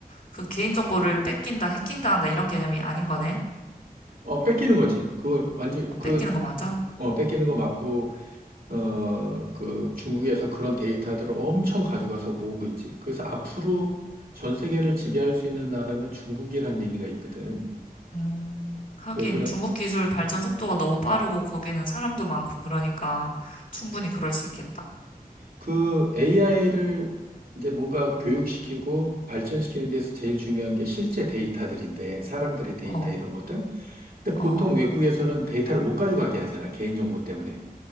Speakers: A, on the left; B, on the right.
A: 그 개인정보를 뺏긴다, 해킹당한다 이런 개념이 아닌 거네?
B: 어, 뺏기는 거지. 그걸 완전,
A: 아,
B: 그,
A: 뺏기는 거 맞아?
B: 어, 뺏기는 거 맞고, 어, 그 중국에서 그런 데이터들을 엄청 가져가서 모으고 있지. 그래서 앞으로 전 세계를 지배할 수 있는 나라는 중국이란 얘기가 있거든.
A: 음, 하긴
B: 왜 그 래
A: 중국 기술 발전 속도가 너무 빠르고 거기는 사람도 많고 그러니까 충분히 그럴 수 있겠다.
B: 그 AI를 이제 뭔가 교육시키고 발전시키는 데서 제일 중요한 게 실제 데이터들인데, 사람들의 데이터
A: 어,
B: 이런 것들. 근데
A: 어,
B: 보통 외국에서는 데이터를 못 가져가게 하잖아, 개인정보 때문에.